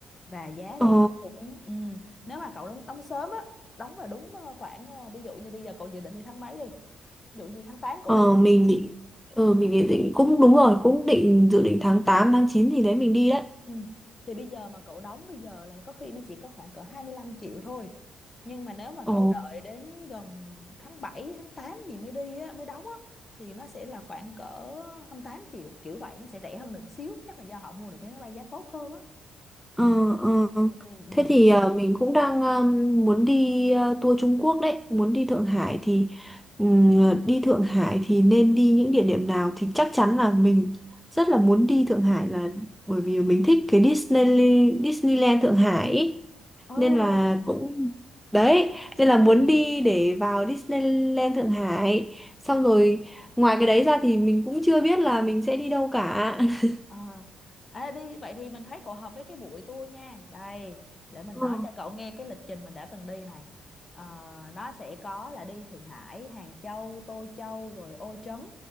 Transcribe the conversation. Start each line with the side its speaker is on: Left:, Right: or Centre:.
Left: và giá
Centre: Ờ.
Left: đâu đó cũng ừ, nếu mà cậu đóng đóng sớm á đóng vào đúng ờ, khoảng ờ, ví dụ như bây giờ cậu dự định đi tháng mấy đi ví dụ như tháng tám
Centre: Ờ,
Left: cậu đi
Centre: mình định ờ, mình định định- cũng đúng rồi cũng định dự định tháng 8, tháng 9 thì đấy mình đi đấy
Left: ừ. thì bây giờ mà cậu đóng bây giờ là có khi nó chỉ có khoảng cỡ 25 triệu thôi nhưng mà nếu mà
Centre: ồ
Left: cậu đợi đến gần tháng 7 tháng 8 gì mới đi á, mới đóng á thì nó sẽ là khoảng cỡ 28 triệu kiểu vậy nó sẽ rẻ hơn được xíu chắc là do họ mua được vé máy bay giá tốt hơn á ừ.
Centre: ờ, ờ.
Left: Ừ, ừ, ừ.
Centre: thế thì ờ, mình cũng đang um, muốn đi ờ, tour Trung Quốc đấy muốn đi Thượng Hải thì ừm, đi Thượng Hải thì nên đi những địa điểm nào thì chắc chắn là mình rất là muốn đi Thượng Hải là bởi vì mình thích cái Disney Disneyland Thượng Hải ý.
Left: ờ
Centre: nên là
Left: ờ
Centre: cũng đấy nên là muốn đi để vào Disneyland Thượng Hải xong rồi ngoài cái đấy ra thì mình cũng chưa biết là mình sẽ đi đâu cả <laughs>
Left: ờ. à. đi vậy thì mình thấy cậu hợp với cái buổi tour nha đây để mình
Centre: Ờ.
Left: nói cho cậu nghe cái lịch trình mình đã từng đi này Ờ, nó sẽ có là đi Thượng Hải Hàng Châu Tô Châu rồi Ô Trấn